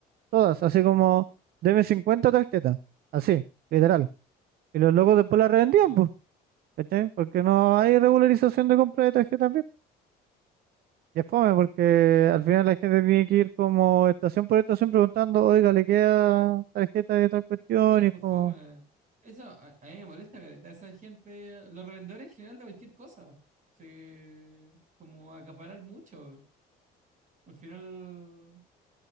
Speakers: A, on the right; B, on the right.
A: todas, así como, deme 50 tarjetas, así, literal. Y los locos después las revendían,
B: Sí, po.
A: pues, ¿cachai? Porque no hay regularización de compra de tarjetas Y es fome porque al final la gente tiene que ir como estación por estación preguntando, oiga, ¿le queda tarjeta de tal cuestión?
B: Sí,
A: Y
B: pues
A: es como,
B: fome. Eso a, a mí me molesta, careta, esa gente, los revendedores en general de cualquier cosa, sí, como acaparar mucho. Al final,